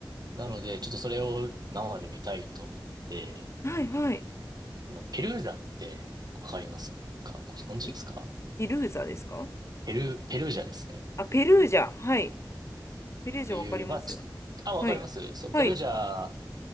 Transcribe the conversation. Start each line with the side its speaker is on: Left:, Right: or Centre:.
Right: なので、ちょっとそれを生で見たいと思って、
Left: はいはい。
Right: あの、ペルージャってわかりますかご存知ですか
Left: ピピルーザですか
Right: ペル、ペルージャですね。っ
Left: あ、ペルージャ。はい。ペルージャわかりますよ。
Right: ていう、まあ、ちあ、わかります。
Left: はい。
Right: そう、
Left: はい。
Right: ペルージャ